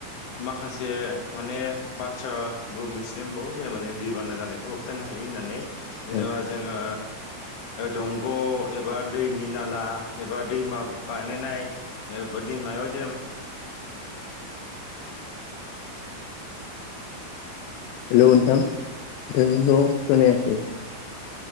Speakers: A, on the left; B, on the left.
A: माखासे माने बाथ्राबो मोनथिनो मोनबावो जेनेबा जों दै बाना जानायखौ होब होबथानो हायो होननानै
B: औ
A: जेनेबा जोङो दंग' एबा दैनि नाला एबा दैमा बाय नायनाय ओ- दैमायाव जेनेबा
B: हेल' नोंथां नोंथांनिखौ खोनायाखै